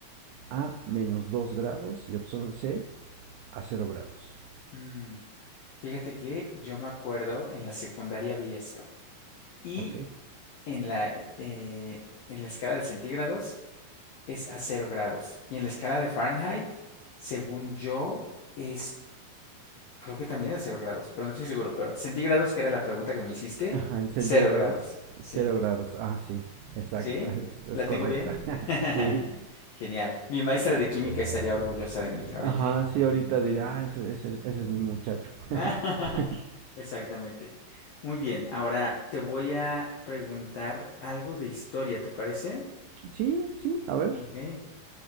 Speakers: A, on the right; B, on the left.
A: a menos 2 grados. Y opción C, a cero grados.
B: Mm, Fíjate que yo me acuerdo en la secundaria vi esto. Y
A: ¿Ok?
B: en la, eh, en la escala de centígrados es a cero grados. Y en la escala de Fahrenheit, según yo, es, creo que también a cero grados, pero no estoy seguro. Pero centígrados, que era la pregunta que me hiciste,
A: Ajá, en centígrados,
B: cero grados. Sí.
A: cero grados. Ah, sí, exacto,
B: ¿Sí?
A: <laughs> es, es
B: ¿La
A: correcta.
B: tengo bien? <laughs>
A: <laughs> sí,
B: Genial. Mi maestra de
A: ok.
B: química estaría orgullosa de
A: Eh,
B: mí ahorita.
A: Ajá, sí, ahorita diría, ah, ese, ese- ese es mi muchacho.
B: <laughs>
A: <laughs>
B: Exactamente. Muy bien, ahora te voy a preguntar algo de historia, ¿te parece?
A: sí, sí, a ver,
B: Ok.